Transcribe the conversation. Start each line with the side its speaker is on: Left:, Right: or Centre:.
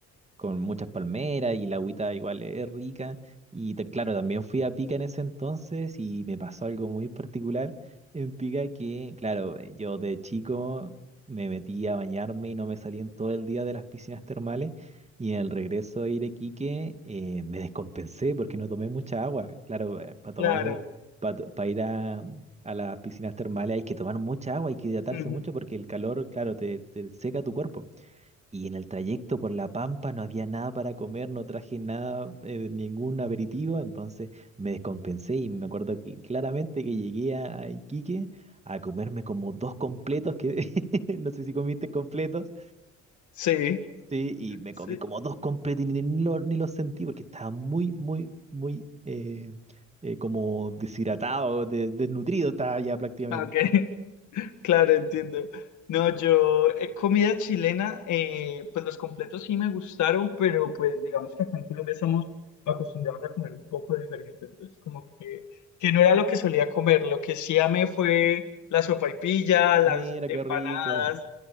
Right: con muchas palmeras y la agüita igual es rica. Y te- claro, también fui a Pica en ese entonces y me pasó algo muy particular en Pica que, claro, eh, yo de chico me metí a bañarme y no me salí en todo el día de las piscinas termales. Y en el regreso de Iquique eh, me descompensé porque no tomé mucha agua. Claro, para tomar,
Left: claro.
Right: para ir a, a las piscinas termales hay que tomar mucha agua, hay que hidratarse
Left: Ujú.
Right: mucho porque el calor, claro, te te seca tu cuerpo. Y en el trayecto por La Pampa no había nada para comer, no traje nada, eh, ningún aperitivo, entonces me descompensé y me acuerdo que claramente que llegué a, a Iquique a comerme como dos completos, que <laughs> no sé si comiste completos,
Left: Sí,
Right: sí, y me
Left: sí.
Right: comí como dos completos y ni, ni lo- ni los sentí porque estaba muy, muy, muy eh, eh, como deshidratado, de- desnutrido estaba ya prácticamente.
Left: Ok. Claro, entiendo. No, yo,
Right: Oh,
Left: eh, comida chilena, eh, pues los completos sí me gustaron, pero pues digamos que acá en Colombia estamos acostumbrados a comer un poco diferente, entonces como que, que no era lo que solía comer, lo que sí amé fue la sopaipilla, las
Right: Mira
Left: empanadas,
Right: qué rico,